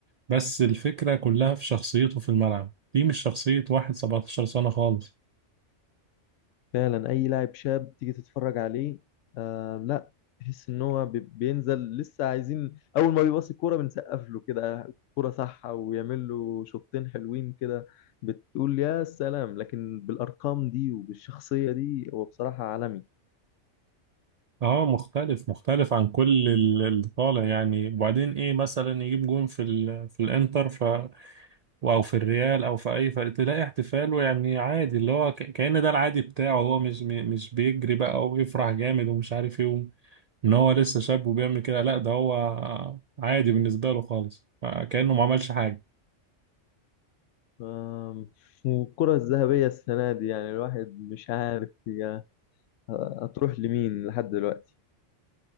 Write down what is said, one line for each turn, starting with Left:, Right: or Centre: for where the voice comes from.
Right: بس الفكرة كلها في شخصيته في الملعب دي مش شخصية واحد 17 سنة خالص
Left: فعلا اي لاعب شاب تيجي تتفرج عليه آه لا تحس ان هو بي- بينزل لسه عايزين اول ما بيباص الكوره بنسقف له كده كوره صح ويعمل له شوطين حلوين كده بتقول يا سلام لكن بالارقام دي وبالشخصيه دي هو بصراحه عالمي
Right: اه مختلف مختلف عن كل ال- اللي طالع يعني وبعدين ايه مثلا يجيب جون في ال في الانتر ف او في الريال او في اي فريق تلاقي احتفاله يعني عادي اللي هو ك- كأن ده العادي بتاعه هو مش م- مش بيجري بقى ويفرح جامد ومش عارف ايه ان هو لسه شاب وبيعمل كده لا ده هو عادي بالنسبة له خالص كأنه ما عملش حاجة
Left: آم، والكره الذهبيه السنه دي يعني الواحد مش عارف هي هتروح لمين لحد دلوقتي